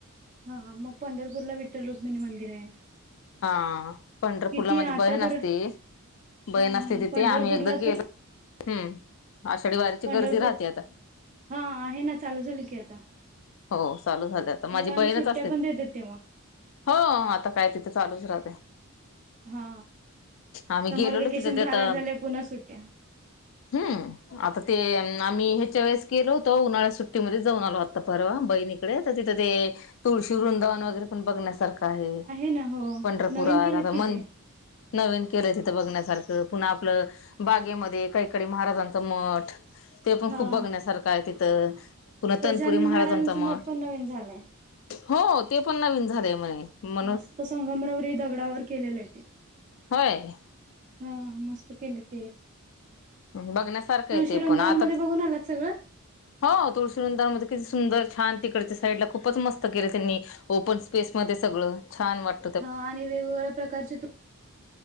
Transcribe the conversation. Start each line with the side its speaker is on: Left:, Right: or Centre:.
Right: हा मग पंढरपूरला विठ्ठल रुक्मिणी मंदिर आहे.
Left: हा पंढरपूरला
Right: किती
Left: माझी
Right: आता
Left: बहीण
Right: तर
Left: असते. बहीण
Right: हा
Left: असते
Right: हा
Left: तिथे
Right: पंढरपूरला
Left: आम्ही एकदा गेलो
Right: तर
Left: हम्म आषाढी वारीची
Right: पंढरपूर
Left: गर्दी राहते आता.
Right: हा आहे ना चालू झाल की आता.
Left: हो चालू झाले आता माझी
Right: मुलांना
Left: बहीणच
Right: सुट्ट्या
Left: असते.
Right: पण देतात तेव्हा
Left: हो आता काय तिथे चालूच राहतय.
Right: हा
Left: आम्ही
Right: समर
Left: गेलेलो
Right: वेकेशन
Left: तिथं ते
Right: झालंय
Left: आता
Right: झाल्या पुन्हा सुट्या
Left: हम्म आता ते आम्ही ह्याच्या वेळेस केलो होतो उन्हाळ्या सुट्टीमध्ये जाऊन आलो आता. परवा बहीणीकडे तर तिथं ते तुळशीरुंदावन वगैरे पण बघण्यासारखं आहे
Right: ना हो
Left: पंढरपुरात
Right: नवीन केलेत
Left: आता
Right: कि
Left: मन
Right: ते
Left: नवीन केलं तिथं बघण्यासारखं पुन्हा आपलं बागेमध्ये कैकाडी महाराजांचं मठ. ते पण
Right: हा
Left: खूप बघण्यासारखं आहे तिथं पुन्हा
Right: न् महाराजांचं
Left: महाराजांचा
Right: मठपण
Left: मठ
Right: नवीन झालंय.
Left: हो ते पण नवीन झाले म्हणे. म्हणून
Right: मस्त संगमरवरी दगडावर केलेलं आहे ते,
Left: होय.
Right: हा मस्त केलं ते.
Left: बघण्यासारखंय
Right: तुळशी
Left: ते
Right: वृंदावनमध्ये
Left: पण आताच
Right: बघून आलात सगळं
Left: हो तुळशीरुंदावण मध्ये किती सुंदर छान तीकडच्या साईडला खूपच मस्त केले त्यांनी ओपन स्पेस मध्ये सगळं छान वाट
Right: ह आणि वेगवेगळ्या प्रकारचे